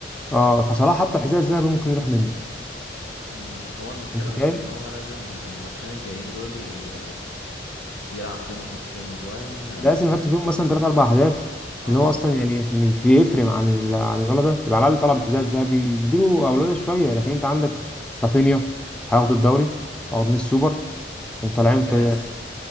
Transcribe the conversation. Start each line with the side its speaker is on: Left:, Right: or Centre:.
Centre: اه فصلاح حتى الحذاء الذهبي ممكن يروح منه
Left: مم. هو المشكله
Centre: انت
Left: بس
Centre: فاهم
Left: ان هو لازم الماتشين الجايين دول ي- يلعب فيهم ويحط فيهم اجوان
Centre: لازم يحط فيهم مثلا ثلاث اربع اهداف
Left: اه
Centre: اللي هو اصلا يعني عشان يف- يفرق عن ال- عن الولد ده يبقى على الاقل طلب الحذاء الذهبي اديله اولويه شويه لكن انت عندك رافينيا هياخدوا الدوري واخدين السوبر وطالعين
Left: والكاس
Centre: في